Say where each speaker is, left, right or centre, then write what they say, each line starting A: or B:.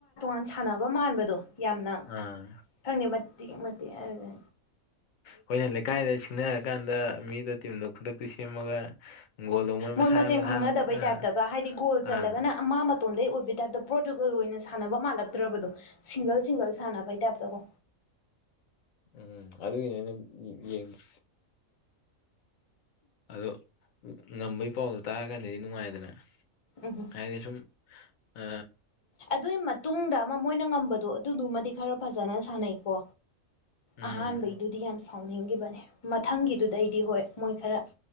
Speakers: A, on the left; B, on the left.
A: ꯁꯥꯟꯅꯕ ꯃꯥꯟꯕꯗꯣ ꯌꯥꯝꯅ
B: ꯑꯥ
A: ꯈꯪꯗꯦ ꯃꯇꯦꯛ ꯃꯇꯦꯛ ꯑꯗꯨ
B: ꯑꯩꯣꯏꯅ ꯂꯩꯀꯥꯏꯗ ꯁꯤꯡꯅꯔꯀꯥꯟꯗ ꯃꯤꯗꯣ ꯇꯤꯝꯗꯣ ꯈꯨꯗꯛꯇꯤ ꯁꯦꯝꯃꯒ ꯒꯣꯜꯗꯣ ꯃꯁꯥ
A: ꯃꯣꯏ ꯃꯁꯦꯟ
B: ꯃꯁꯥ
A: ꯈꯪꯅꯗꯕꯩ
B: ꯑꯥ
A: ꯇꯥꯏꯞꯇꯒ ꯍꯥꯏꯗꯤ ꯒꯣꯜ ꯆꯜꯂꯒꯅ
B: ꯑꯥ
A: ꯑꯃ ꯃꯇꯣꯝꯗꯩ ꯑꯣꯏꯕ ꯇꯥꯏꯞꯇ ꯄ꯭ꯔꯣꯇꯨꯒꯜ ꯑꯣꯏꯅ ꯁꯥꯟꯅꯕ ꯃꯥꯜꯂꯛꯇ꯭ꯔꯕꯗꯣ ꯁꯤꯡꯒꯜ ꯁꯤꯡꯒꯜ ꯁꯥꯟꯅꯕꯩ ꯇꯥꯏꯞꯇꯀꯣ
B: ꯎꯝ ꯑꯗꯨꯒꯤꯅꯦ ꯑꯩꯅ ꯌꯦꯡꯉ ꯑꯗꯣ ꯉꯝꯕꯩ ꯄꯥꯎꯗꯣ ꯇꯥꯔꯀꯥꯟꯗꯗꯤ ꯅꯨꯡꯉꯥꯏꯗꯅ
A: ꯎꯝ
B: ꯑꯩꯗꯁꯝ ꯑ
A: ꯑꯗꯨꯒꯤ ꯃꯇꯨꯡꯗ ꯑꯃ ꯃꯣꯏꯅ ꯉꯝꯕꯗꯣ ꯑꯗꯨꯗꯨꯃꯗꯤ ꯈꯔ ꯐꯖꯅ ꯁꯥꯟꯅꯩꯀꯣ
B: ꯎꯝ
A: ꯑꯍꯥꯟꯩꯗꯨꯙ ꯌꯥꯝ ꯐꯥꯎꯅꯤꯡꯈꯤꯕꯅꯦ ꯃꯊꯪꯒꯤꯗꯨꯗꯩꯗꯤ ꯍꯣꯏ ꯃꯣꯏ ꯈꯔ